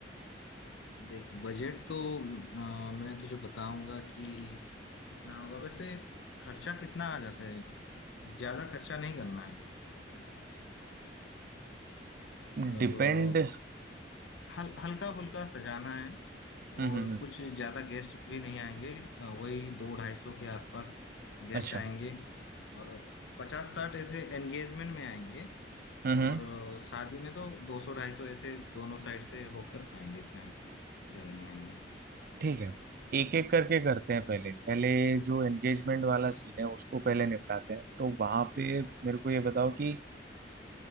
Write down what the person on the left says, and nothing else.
देख बजट तो अ, मैं तुझे बताऊंगा कि कितना होगा वैसे खर्चा कितना आ जाता है ज्यादा खर्चा नहीं करना है वैसे
मतलब
अ, हल, हल्का फुल्का सजाना है
और
कुछ ज्यादा गेस्ट भी नहीं आएंगे अ, वही दो ढाई सौ के आसपास गेस्ट
आएंगे और पचास साठ ऐसे एंगेजमेंट में आएंगे
और अ, शादी में तो दो सौ ढाई सौ ऐसे दोनों साइड से होकर आएंगे इतना ही ज्यादा नहीं आएंगे